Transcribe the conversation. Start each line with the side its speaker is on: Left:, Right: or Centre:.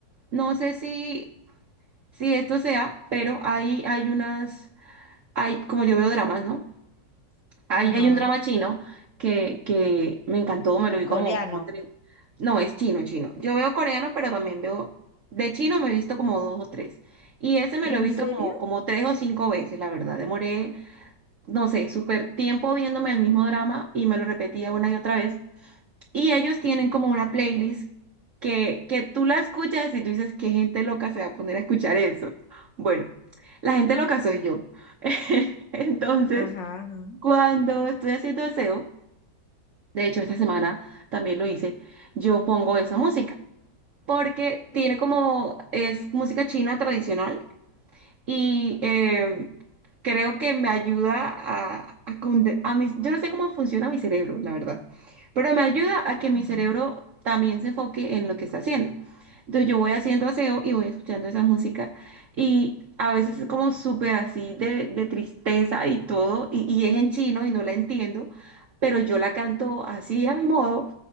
Right: no sé si, si esto sea, pero hay, hay unas, hay, como yo veo dramas, ¿no? Ahí
Left: Ajá.
Right: hay un drama chino que, que me encantó, me lo vi como,
Left: Coreano.
Right: como tres. No, es chino, chino. Yo veo coreano, pero también veo. De chino me he visto como dos o tres. Y ese me
Left: ¿En
Right: lo he visto
Left: serio?
Right: como, como tres o cinco veces, la verdad. Demoré, no sé, súper tiempo viéndome el mismo drama y me lo repetía una y otra vez. Y ellos tienen como una playlist que, que tú la escuchas y tú dices, ¿qué gente loca se va a poner a escuchar eso? Bueno, la gente loca soy yo. <laughs> Entonces.
Left: Ajá, ajá,
Right: Cuando estoy haciendo aseo, de hecho esta semana también lo hice, yo pongo esa música, porque tiene como, es música china tradicional, y eh, creo que me ayuda a, a, conde- a mis- yo no sé cómo funciona mi cerebro, la verdad, pero me ayuda a que mi
Left: ajá.
Right: cerebro también se enfoque en lo que está haciendo. Entonces yo voy haciendo aseo y voy escuchando esa música y a veces es como súper así de, de tristeza y todo, y, y es en chino y no la entiendo, pero yo la canto así a mi modo